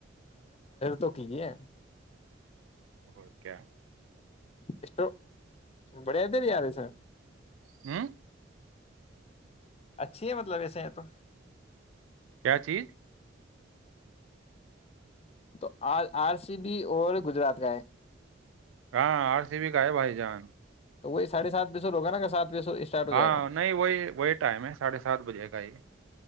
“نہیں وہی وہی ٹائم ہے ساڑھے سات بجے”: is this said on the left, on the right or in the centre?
Right